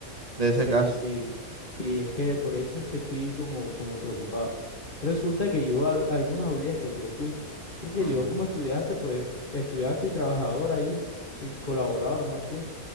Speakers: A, on the right; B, on the left.
A: de ese
B: Sí,
A: caso.
B: sí, sí, es que por eso es que estoy como, como preocupado. Resulta que yo a a algunas audiencias yo fui, porque
A: Ujú,
B: yo como estudiante, pues, estudiante y trabajador ahí, y colaborador más bien.